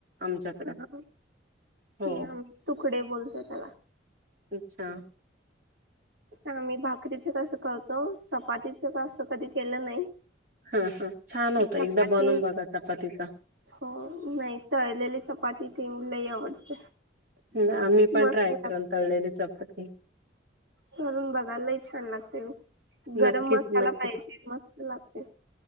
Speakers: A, on the right; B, on the right.
A: आमच्याकड
B: हा.
A: हो.
B: हे आम्ही तुकडे बोलतो त्याला
A: अच्छा.
B: आम्ही भाकरीच तसं करतो, चपातीच आसं कधी केलं नाही.
A: हा हा छान होतं
B: चपाती
A: एकदा बनून बघा चपातीचा.
B: हो नाही तळलेली चपाती तीवलई आवडते.
A: ना आम्ही पण
B: मस्त
A: ट्राय
B: लागते
A: करन, तळलेली चपाती.
B: तळून बघा लयी छान लागते, गरम
A: नक्कीच
B: मसाला
A: नक्कीच.
B: पाहिजे मस्त लागते.